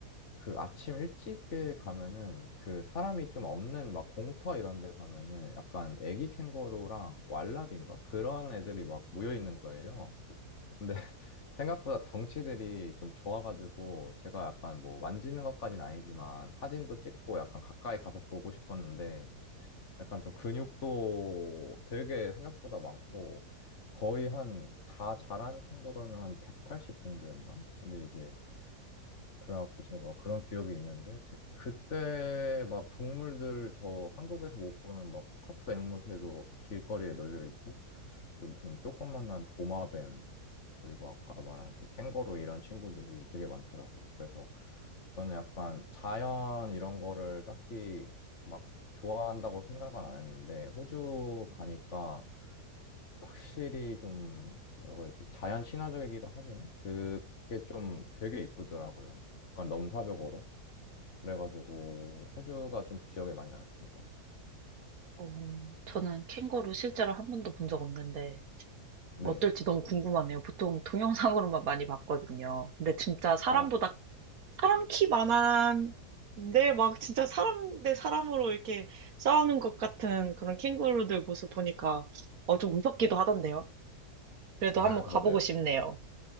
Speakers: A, on the left; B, on the right.
A: 그 아침 일찍에 가면은 그 사람이 좀 없는 막 공터 이런 데 가면은 약간 애기 캥거루랑 왈라비인가? 그런 애들이 막 모여 있는 거예요. 근데 <laughs> 생각보다 덩치들이 좀 좋아가지고 제가 약간 뭐 만지는 것까지는 아니지만 사진도 찍고 약간 가까이 가서 보고 싶었는데 약간 좀 근육도 되게 생각보다 많고 거의 한 다 자란 캥거루는 한 180 정도였나? 근데 이제 그래갖고 제가 그런 기억이 있는데 제- 그때 막 동물들 저 한국에서 못 보는 막 코카투 앵무새도 길거리에 널려 있고 그 무슨 조그만한 도마뱀 그리고 아까 말한 그 캥거루 이런 친구들이 되게 많더라고요. 그래서 저는 약간 자연 이런 거를 딱히 막 좋아한다고 생각은 안 했는데 호주 가니까 확실히 좀 뭐라고 해야지 자연 친화적이기도 하지만 그게 좀 되게 이쁘더라고요. 약간 넘사벽으로 그래가지고 호주가 좀 기억에 많이 남습니다.
B: 어, 저는 캥거루 실제로 한 번도 본 적 없는데
A: 네,
B: 어떨지 너무 궁금하네요. 보통 동영상으로만 <laughs> 많이 봤거든요. 근데 진짜 사람보다
A: 아,
B: 사람 키 많은데 막 진짜 사람 대 사람으로 이렇게 싸우는 것 같은 그런 캥거루들 모습 보니까 어, 좀 무섭기도
A: 네,
B: 하던데요. 그래도
A: 아
B: 한번 가보고
A: <laughs> 맞아요.
B: 싶네요.